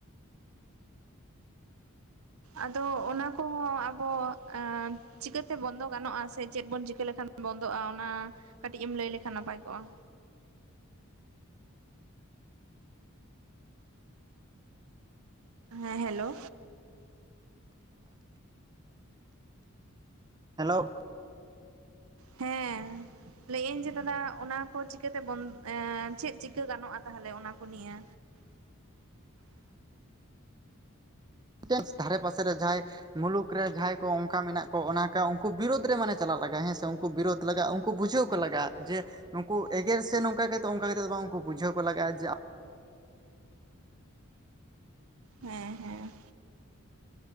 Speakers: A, on the right; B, on the right.
A: ᱟᱫᱚ ᱚᱱᱟ ᱠᱚᱦᱚᱸ ᱟᱵᱚ ᱪᱤᱠᱟᱹᱛᱮ ᱵᱚᱱᱫᱚ ᱜᱟᱱᱚᱜᱼᱟ ᱥᱮ ᱪᱮᱫ ᱵᱚᱱ ᱪᱤᱠᱟᱹ ᱞᱮᱠᱷᱟᱱ ᱵᱚᱱᱫᱚᱜᱼᱟ ᱚᱱᱟ ᱠᱟᱹᱴᱤᱡ ᱮᱢ ᱞᱟᱹᱭ ᱞᱮᱠᱷᱟᱱ ᱱᱟᱯᱟᱭ ᱠᱚᱜᱼᱟ᱾ ᱦᱮᱸ ᱦᱮᱞᱳ᱾
B: ᱦᱮᱞᱳ᱾
A: ᱦᱮᱸ ᱞᱟᱹᱭ ᱟᱹᱧ ᱡᱮ ᱫᱟᱫᱟ ᱚᱱᱟ ᱠᱚ ᱪᱤᱠᱟᱹ ᱛᱮ ᱵᱚᱱ ᱮᱸᱻ ᱪᱮᱫ ᱪᱤᱠᱟᱹ ᱜᱟᱱᱚᱜᱼᱟ ᱛᱟᱦᱚᱞᱮ ᱚᱱᱟ ᱠᱚ ᱱᱤᱭᱟᱹ?
B: ᱴᱮᱸᱥ ᱫᱷᱟᱨᱮ ᱯᱟᱥᱮ ᱨᱮ ᱡᱟᱦᱟᱸᱭ ᱢᱩᱞᱩᱠ ᱨᱮ ᱡᱟᱦᱟᱸᱭ ᱠᱚ ᱚᱝᱠᱟ ᱢᱮᱱᱟᱜ ᱠᱚ, ᱚᱱᱟᱠᱟ ᱩᱝᱠᱩ ᱵᱤᱨᱩᱫᱽ ᱨᱮ ᱢᱟᱱᱮ ᱪᱟᱞᱟᱜ ᱞᱟᱜᱟᱭᱼᱟ ᱦᱮᱸ ᱥᱮ ᱩᱝ ᱠᱩ ᱵᱤᱨᱳᱫᱽ ᱞᱟᱜᱟᱜᱼᱟ, ᱩᱝᱠᱩ ᱵᱩᱡᱷᱟᱹᱣ ᱠᱚ ᱞᱟᱜᱟᱜᱼᱟ ᱡᱮ ᱱᱩᱝᱠᱩ ᱮᱜᱮᱨ ᱥᱮ ᱱᱚᱝᱠᱟ ᱠᱟᱛᱮ ᱚᱱᱠᱟ ᱠᱟᱛᱮ ᱫᱚ ᱵᱟᱝ, ᱩᱱᱠᱩ ᱵᱩᱡᱷᱟᱹᱣ ᱠᱚ ᱞᱟᱜᱟᱜᱼᱟ ᱡᱮ
A: ᱦᱮᱸ ᱦᱮᱸ᱾